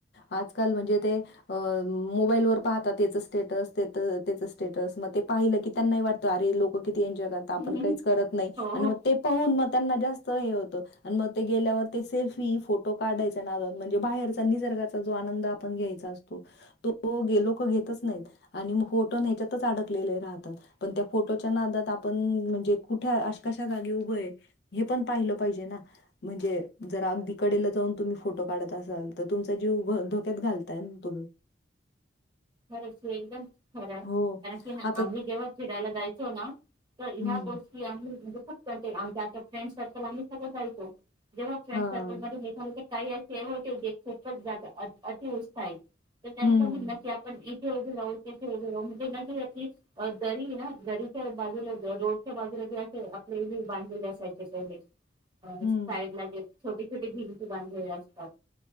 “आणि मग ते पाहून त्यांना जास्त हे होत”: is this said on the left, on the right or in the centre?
Left